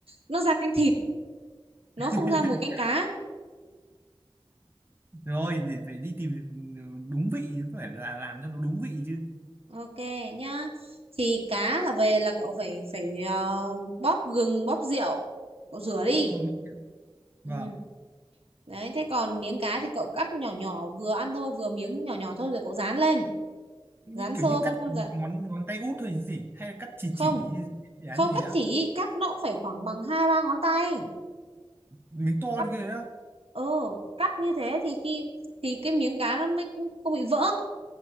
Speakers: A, on the right (about 75°); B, on the right (about 25°).
A: nó ra canh thịt nó
B: <laughs>
A: không ra mùi canh cá
B: rồi thì phải đi tìm đúng vị phải là làm cho nó đúng vị chứ
A: Ok nhá. Thì cá là về là cậu phải phải ờ, bóp gừng, bóp rượu, cậu rửa đi.
B: bốc không bốc vâng
A: Ừ. Đấy, thế còn miếng cá thì cậu cắt nhỏ nhỏ vừa ăn thôi, vừa miếng nhỏ nhỏ thôi rồi cậu rán lên.
B: như
A: Rán
B: kiểu
A: sơ
B: như cắt
A: thôi không
B: bằng
A: dặn
B: ngón ngón tay út thôi chứ gì hay là cắt chỉ
A: không,
B: chỉ dự án
A: không
B: như thế
A: cắt
B: á
A: chỉ, cắt nó cũng phải khoảng bằng hai ba ngón tay.
B: miếng to
A: Cắt
B: như thế á
A: ừ, cắt như thế thì khi thì cái miếng cá nó mới không bị vỡ.